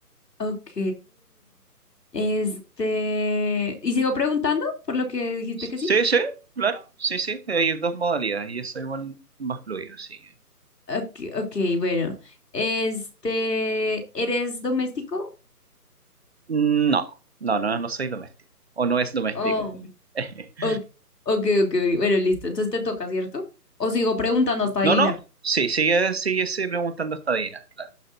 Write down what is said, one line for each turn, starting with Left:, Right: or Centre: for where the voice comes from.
Left: Ok. Este, ¿y sigo preguntando por lo que dijiste
Right: Sí,
Left: que sí?
Right: sí, claro, sí, sí, hay dos modalidades y eso igual más fluido, así que...
Left: Ok, ok, bueno. Este, ¿eres doméstico?
Right: mm, No, no, no, no soy doméstico. O no es doméstico.
Left: Oh.
Right: <laughs>
Left: Ok, ok, ok. ok. Bueno, listo. Entonces te toca, ¿cierto? O sigo preguntando hasta adivinar.
Right: No, no, sí, sigue, sigue, sigue preguntando hasta adivinar, claro.